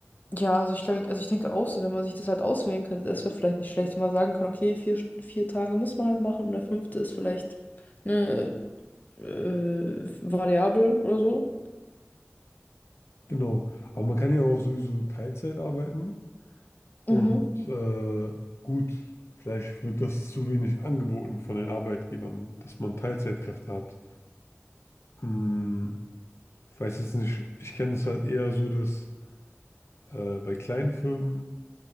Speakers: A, on the left; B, on the left.
A: ja, also ich, glaub, also ich denke auch so, wenn man sich das halt auswählen könnte, das wäre vielleicht nicht schlecht, wenn man sagen kann, okay, vier, vier Tage muss man halt machen und der fünfte ist vielleicht eine äh, Variable oder so.
B: Genau. Aber man kann ja auch sowieso Teilzeit arbeiten. Und
A: Mhm.
B: äh, gut, vielleicht wird das zu wenig angeboten von den Arbeitgebern, dass man Teilzeitkräfte hat. Hm, ich weiß jetzt nicht, ich kenne es halt eher so, dass äh, bei kleinen Firmen,